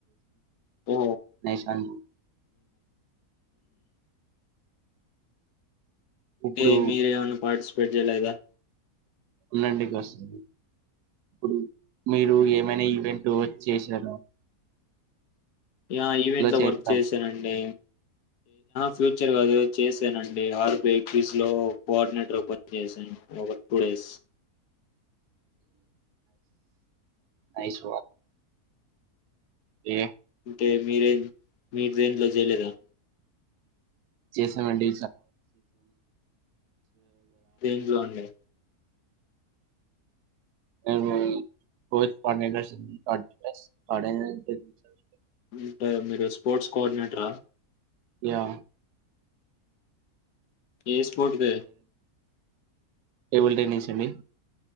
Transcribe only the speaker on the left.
ఓ
అ మీరేమన్నా పార్టిసిపేట్ చేయలా ఇదా
యా ఈవెంట్ లో
వర్క్ చేసానండి ఫ్యూచర్గాదో చేశానడి ఆర్బకీస్ లో కోఆర్డినేటర్ ఓపెన్ గా చేశాను ఒక టూ డేస్ స్
అంటే మీరేం మీరూ దేంట్లో చేయలేదా
దేంట్లో అండి
అంటే మీరు స్పోర్ట్స్ కోఆర్డినేట రా
ఏ స్పోర్ట్ ది